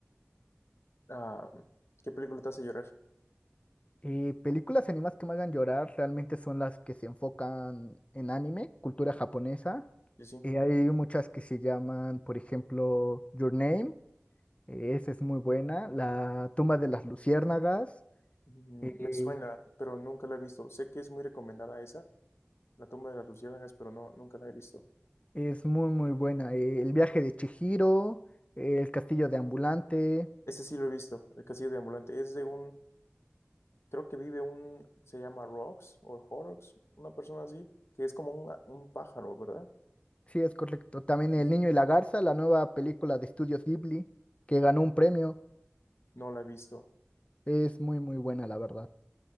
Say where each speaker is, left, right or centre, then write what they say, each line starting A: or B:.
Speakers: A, on the left; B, on the left.
A: Ah, ¿qué película te hace llorar?
B: Eh, películas animadas que me hagan llorar realmente son las que se enfocan en anime, cultura japonesa.
A: Sí, sí.
B: Eh, hay muchas que se llaman, por ejemplo, Your Name, eh, esa es muy buena. La tumba de las luciérnagas,
A: Mm,
B: eh,
A: Me suena, pero nunca la he visto. Sé que es muy recomendada esa, La tumba de las luciérnagas, pero no, nunca la he visto.
B: es muy, muy buena. Eh, El viaje de Chihiro, eh, El castillo de Ambulante,
A: Ese sí lo he visto, El castillo de ambulante. Es de un, creo que vive un, se llama Rox o Horrocks, una persona así, que es como un, un pájaro, ¿verdad?
B: sí, es correcto. También
A: Sí,
B: El
A: sí.
B: niño y la garza, la nueva película de Estudios Ghibli, que ganó un premio,
A: No la he visto.
B: es muy, muy buena, la verdad.